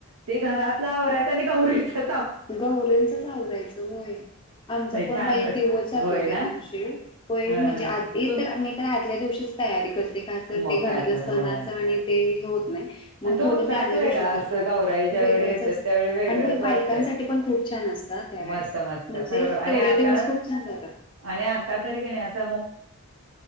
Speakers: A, on the right; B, on the left.
A: ते घरातला आवराच आणि गौरीचं
B: गौराईचच आवरायचं होय आमचा
A: नाही
B: पण
A: छान
B: बाई
A: वाटत
B: दिवस जातो
A: होय
B: त्या
A: ना
B: दिवशी होय
A: ह
B: म्हणजे
A: ह
B: आधी
A: तुम
B: तरी तर आ आपल्या दिवशीच तयारी करते खास तर
A: मग
B: ते घरातलं
A: काय तर
B: सणाच
A: होय
B: आणि ते हे होत नाही मग
A: आणि तो
B: थोडं
A: उत्साहच
B: मी आदल्या
A: वेगळा
B: दिवशी करते
A: असतो गौराई ज्यावेेळी
B: वेगळंच
A: येतात
B: असत
A: त्यावेळी वेगळंच
B: आणि बायकांसाठी
A: वाटतंय.
B: पण खूप छान असत त्यावेेळेस
A: मस्त मस्त
B: म्हणजे
A: खरोखर आणि
B: तेवढे
A: आता
B: बस खूप छान जातात
A: आणि आता तरी का नाही अस